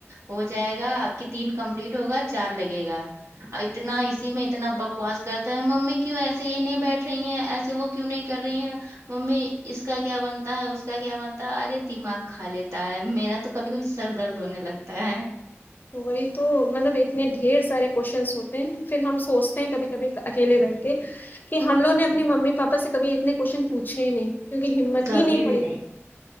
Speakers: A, on the right; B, on the left.
A: ہو جائے گا آپ کی تین کمپلیٹ ہوگا چار لگے گا اتنا اسی میں اتنا بکواس کرتا ہے ممی کیوں ایسے یہ نہیں بیٹھ رہی ہیں ایسے وہ کیوں نہیں کر رہی ہیں ممی اس کا کیا بنتا ہے اس کا کیا بنتا ہے ارے دماغ کھا لیتا ہے میرا تو کبھی کبھی سر درد ہونے لگتا ہے
B: وہی تو مطلب اتنے ڈھیر سارے کویشچنس ہوتے ہیں پھر ہم سوچتے ہیں کبھی کبھی اکیلے بیٹھ کے کہ ہم لوگ نے اپنی ممی پاپا سے کبھی اتنے کوشچن پوچھے ہی نہیں کیونکہ ہمت
A: کبھی
B: ہی نہیں پڑی
A: بھی